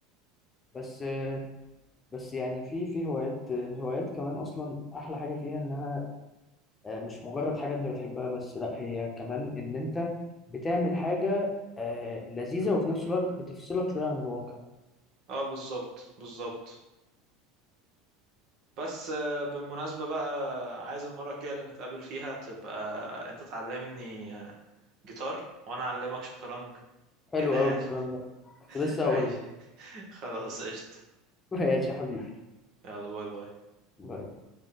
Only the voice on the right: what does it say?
اه بالظبط بالظبط بس آه، بالمناسبة بقى عايز المرة الجاية اللي نتقابل فيها تبقى انت تعلمني جيتار وانا اعلمك شطرنج
كده يعني
<laughs>
ماشي
خلاص قشطة
يلا باي باي